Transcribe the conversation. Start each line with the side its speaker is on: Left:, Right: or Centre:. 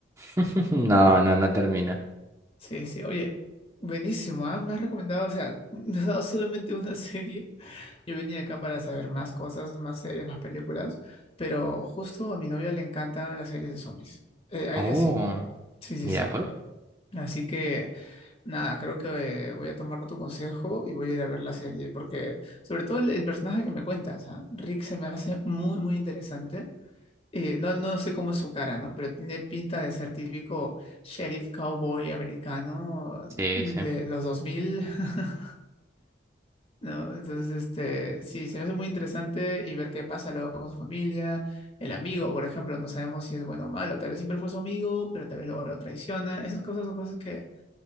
Right: <laughs> No, no, no termina.
Left: Sí, sí, oye, buenísimo, ¿ah? Me has recomendado, o sea, <laughs> me has dado solamente una serie. Yo venía acá para saber más cosas, más series, más películas, pero justo a mi novia le encantan las series de zombies. Eh, a
Right: Oh,
Left: ella sí, sí, sí,
Right: mira
Left: sí.
Right: pues.
Left: Así que, nada, creo que eh, voy a tomar tu consejo y voy a ir a ver la serie, porque sobre todo el, el personaje que me cuentas, ¿ah? Rick se me hace muy, muy interesante eh, no, no sé cómo es su cara, ¿no? Pero tiene pinta de ser típico sheriff cowboy americano
Right: Sí,
Left: de
Right: sí.
Left: los 2000, <laughs> ¿no? Entonces, este, sí, se me hace muy interesante y ver qué pasa luego con su familia. El amigo, por ejemplo, no sabemos si es bueno o malo. Tal vez siempre fue su amigo, pero tal vez luego lo traiciona. Esas cosas son cosas que,